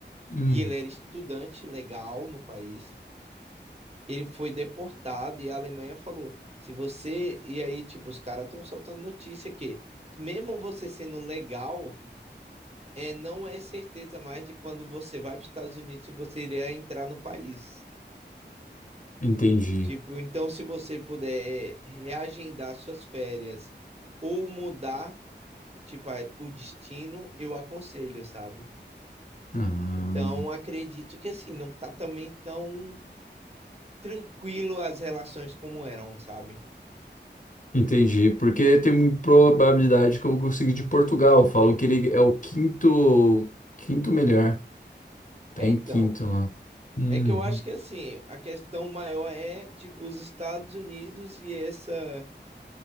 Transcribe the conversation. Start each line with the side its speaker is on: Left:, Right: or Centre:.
Left: Hum,
Right: e ele era estudante legal no país. Ele foi deportado e a Alemanha falou: se você. E aí, tipo, os caras estão soltando notícia que, mesmo você sendo legal, é, não é certeza mais de quando você vai para os Estados Unidos se você iria entrar no país.
Left: entendi.
Right: Tipo, então se você puder é, reagendar suas férias ou mudar, tipo, a- o destino, eu aconselho, sabe?
Left: Ah.
Right: Então, acredito que assim, não tá também tão tranquilo as relações como eram, sabe?
Left: Entendi, porque tem muita probabilidade que eu vou conseguir de Portugal. Falam que ele é o quinto, quinto melhor.
Right: É,
Left: Tá em
Right: então,
Left: quinto lá. Uhum.
Right: é que eu acho que assim, a questão maior é, tipo, os Estados Unidos e essa